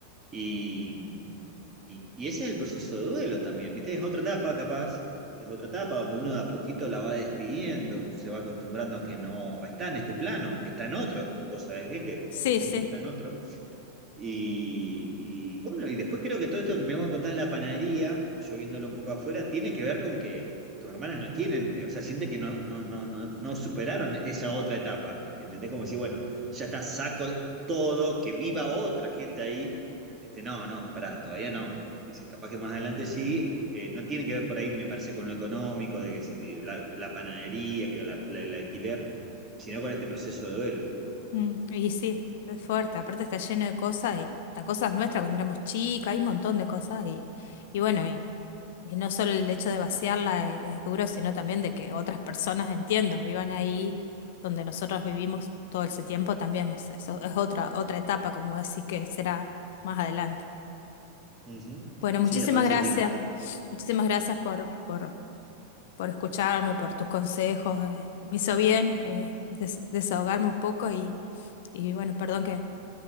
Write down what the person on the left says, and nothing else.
Sí,
sí.
Mm, Y sí, es fuerte. Aparte está lleno de cosas y hasta cosas nuestras cuando éramos chicas, hay un montón de cosas y, y bueno, y, y no solo el hecho de vaciarla e- es, duro, sino también de que otras personas, entiendo, vivan ahí donde nosotros vivimos todo ese tiempo también es, es, o- es otra, otra etapa, como decís, que será más adelante.
Bueno, muchísimas
gracias,
muchísimas gracias por, por, por escucharme, por tus consejos. eh, me hizo bien eh, des- desahogarme un poco y, y bueno, perdón que